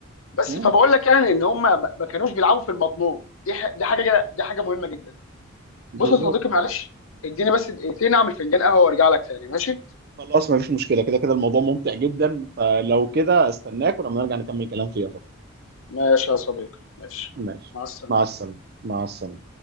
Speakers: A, on the left (about 70°); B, on the right (about 45°).
A: بس
B: م.
A: فبقول لك يعني ان هم ما ما كانوش بيلعبوا في المضمون دي ح... دي حاجه دي حاجه مهمه جدا
B: بالظبط
A: بص يا صديقي معلش اديني بس دقيقتين اعمل فنجان قهوه وارجع لك تاني ماشي
B: خلاص ما فيش مشكله كده كده الموضوع ممتع جدا فلو كده استناك ولما نرجع نكمل كلام فيها طبعا
A: ماشي يا صديقي ماشي
B: ماشي
A: مع السلامه
B: مع السلامه مع السلامه